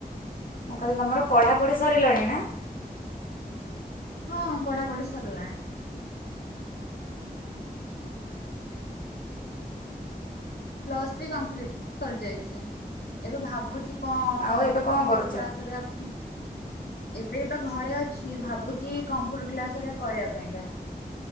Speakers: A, on the left; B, on the left.
A: ମୁଁ କହିଲି ତମର ପଢ଼ାପଢ଼ି ସରିଲାଣି ନା।
B: ହଁ ପଢ଼ାପଢ଼ି ସରିଲାଣି। ପ୍ଲସ୍ ଥ୍ରୀ କମ୍ପ୍ଲିଟ ସରିଯାଇଛି ଏବେ ଭାବୁଛି କଣ
A: ଆଉ
B: କରିବି
A: ଏବେ କଣ
B: କମ୍ପ୍ୟୁଟର
A: କରୁଛ?
B: କ୍ଲାସ ଘରିକା। ଏବେ ତ ଘରେ ଅଛି ଭାବୁଛି କମ୍ପ୍ୟୁଟର କ୍ଲାସ ଘଟିକା କରିବା ପାଇଁକା।